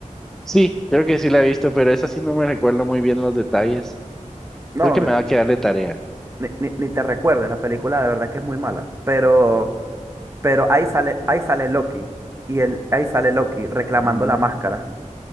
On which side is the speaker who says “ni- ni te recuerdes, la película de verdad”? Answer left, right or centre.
Right